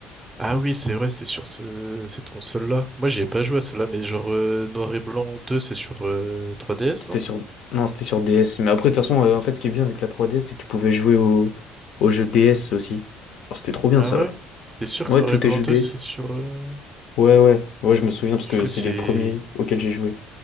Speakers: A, on the right; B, on the left.
A: Ah oui, c'est vrai, c'est sur ce... cette console-là. Moi, j'y ai pas joué à cela, mais genre euh, Noir et Blanc 2, c'est sur euh, 3DS,
B: C'était
A: non?
B: sur... Non, c'était sur DS. Mais après, de toute façon, euh, en fait, ce qui est bien avec la 3DS, c'est que tu pouvais jouer au, au jeu DS aussi. Genre, c'était trop bien
A: Ah
B: ça.
A: ouais?
B: là.
A: T'es sûr
B: Ouais,
A: que Noir
B: tous
A: et Blanc
B: tes jeux
A: 2,
B: DS.
A: c'est sur... euh,
B: Ouais, ouais. Ouais, je me souviens parce
A: Du
B: que
A: coup,
B: c'est
A: c'est...
B: les premiers auxquels j'ai joué.